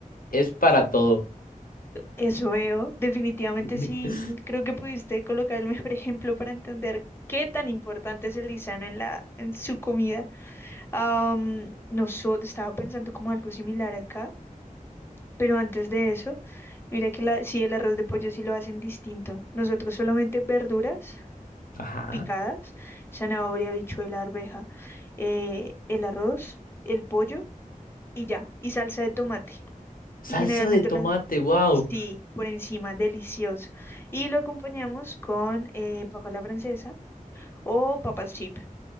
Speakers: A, on the left; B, on the left.
A: es para todo.
B: Eso veo, definitivamente
A: <laughs>
B: sí, creo que pudiste colocar el mejor <laughs> ejemplo para entender qué tan importante es el lisano en la, en su comida. Am, no so- estaba pensando como algo similar acá. Pero antes de eso, mira que la, sí, el arroz de pollo sí lo hacen distinto. Nosotros solamente verduras
A: Ajá.
B: picadas, zanahoria, habichuela, arveja, eh, el arroz, el pollo y ya, y salsa de tomate.
A: Salsa
B: Y generalmente
A: de tomate,
B: la,
A: wow.
B: sí, por encima, delicioso. Y lo acompañamos con eh, papa a la francesa o papas chip,